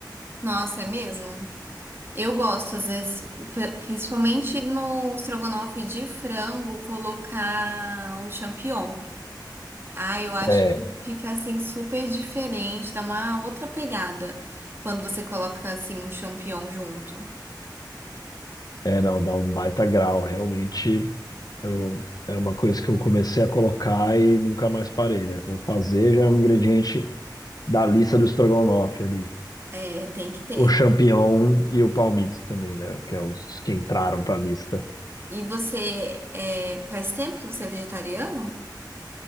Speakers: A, on the right; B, on the left.
A: nossa, é mesmo? Eu gosto, às vezes, pri- principalmente no estrogonofe de frango, colocar o champignon. Ah, eu acho
B: É,
A: que
B: é,
A: fica assim super diferente, dá uma outra pegada quando você coloca assim o champignon junto.
B: é, não, dá um baita grau, realmente. Eu, é uma coisa que eu comecei a colocar e nunca mais parei, né? Vou fazer já é um ingrediente da lista do estrogonofe ali.
A: É, tem que ter.
B: O champignon e o palmito também, né? Que é os que entraram para a lista.
A: E você, é, faz tempo que você é vegetariano?